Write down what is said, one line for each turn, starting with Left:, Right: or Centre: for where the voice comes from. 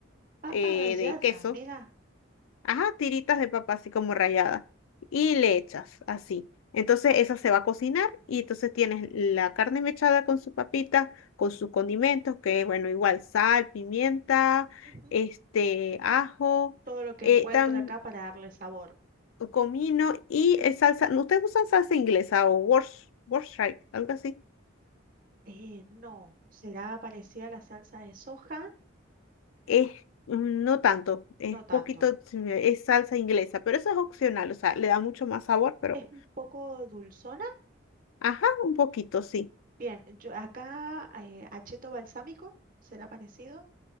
Right: Papa
Left: eh,
Right: rallada,
Left: de queso
Right: mira,
Left: Ajá, tiritas de papa así como ralladas. Y le echas así. Entonces esa se va a cocinar y entonces tienes la carne mechada con su papita, con sus condimentos, que bueno, igual sal, pimienta,
Right: ujú,
Left: este, ajo,
Right: Todo lo que
Left: eh,
Right: encuentro
Left: tam-
Right: acá para darle sabor.
Left: comino y eh, salsa. ¿no? ¿Ustedes usan salsa inglesa o Worcestershire, Worcestershire, algo así?
Right: Eh, no, ¿será parecida a la salsa de soja?
Left: Es, mm, no tanto, es
Right: No tanto.
Left: poquito, sí, es salsa inglesa, pero eso es opcional, o sea, le da mucho más sabor, pero
Right: ¿Es un poco dulzona?
Left: ajá, un poquito, sí.
Right: Bien, yo acá eh, acheto balsámico, ¿será parecido?